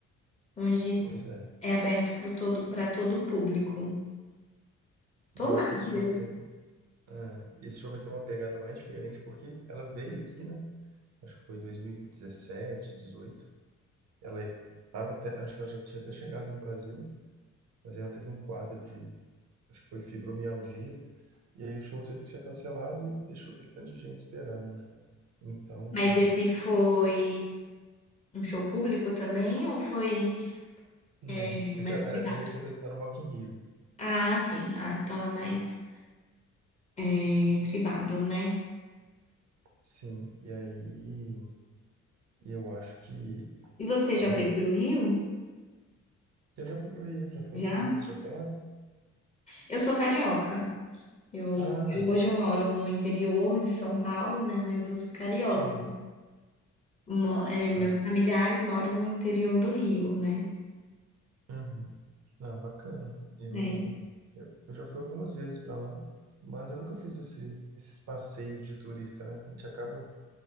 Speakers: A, on the left (about 25°); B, on the right (about 60°).
A: onde
B: pois é.
A: é aberto para todo, para todo o público. Tomara,
B: E eu acho que esse
A: meu
B: show
A: Deus.
B: vai ser É, esse show vai ter uma pegada mais diferente porque ela veio aqui, né? Acho que foi 2017, 18. Ela tava até, acho que ela já tinha até chegado no Brasil, mas aí ela teve um quadro de, acho que foi fibromialgia, e aí o show teve que ser cancelado e deixou aquele tanto de gente esperando, né? Então,
A: Mas esse foi um show público também ou foi
B: não.
A: é,
B: Esse,
A: mais
B: ela,
A: privado?
B: ela ia se apresentar no Rock in Rio.
A: Ah, sim. Ah, então é mais é, privado, né?
B: Sim, e aí e eu acho que,
A: E você já
B: né?
A: foi para o Rio?
B: Você já foi pro Rio, já foi
A: Já?
B: algumas vezes, já foi lá?
A: Eu sou carioca. Eu,
B: Ah,
A: eu- hoje eu moro no interior de São Paulo, né? Mas eu sou carioca.
B: uhum,
A: Mo- é, meus
B: tá.
A: familiares moram no interior do Rio, né?
B: Uhum. Ah, bacana. Eu,
A: É.
B: eu eu já fui algumas vezes para lá, mas eu nunca fiz esse, esses passeios de turista, né? A gente acaba